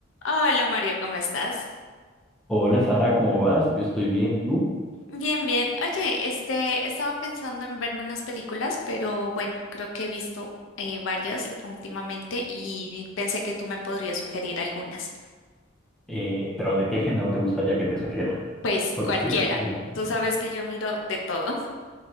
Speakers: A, on the left; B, in the centre.
A: Hola Mario, ¿cómo estás?
B: Hola Sara, ¿cómo vas? Yo estoy bien, ¿y tú?
A: Bien, bien. Oye, este, estaba pensando en verme unas películas, pero bueno, creo que he visto eh, varias últimamente y pensé que tú me podrías sugerir algunas.
B: Eh, pero ¿de qué género te gustaría que te sugiera?
A: Pues
B: Porque
A: cualquiera.
B: hay bastante.
A: Tú sabes que yo miro de todo.